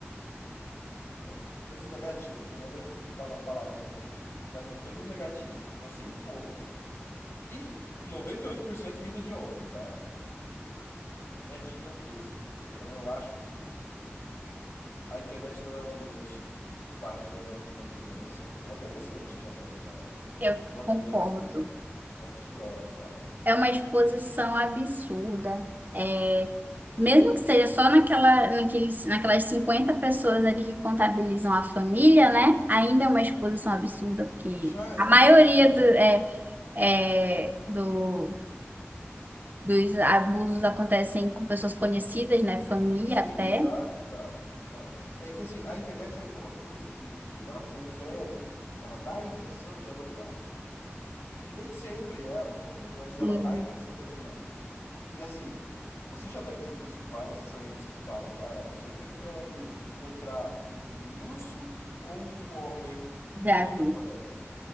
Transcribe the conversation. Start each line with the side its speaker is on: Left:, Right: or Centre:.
Left: de coisas negativas, não vou nem falar um palavrão aqui, mas de coisas negativas que você encontra E 98% vinda de homem, tá? É, é gigantesca. Então eu acho que a internet não é um ambiente bacana para uma criança, para um adolescente já não é legal.
Right: Eu
Left: E para uma
Right: concordo.
Left: criança, então, é pior, sabe?
Right: É uma exposição absurda. É, mesmo que seja só naquela, naqueles, naquelas 50 pessoas ali que contabilizam a família, né? Ainda é uma exposição absurda, porque
Left: Já é,
Right: a maioria
Left: já é.
Right: do, é, é, do, dos abusos acontecem com pessoas conhecidas, né? Família
Left: Sim,
Right: até.
Left: exato, exato, exato. É que assim, a internet ela tem uma coisa que, que ela confere, ela dá a impressão de anonimato, né? Nem sempre é anônimo, mas ela
Right: E
Left: dá a impressão de anonimato. E assim, você já deve ter visto várias trends que falam: ah, você prefere encontrar um, um urso ou um homem no
Right: já
Left: meio
Right: vi.
Left: da floresta?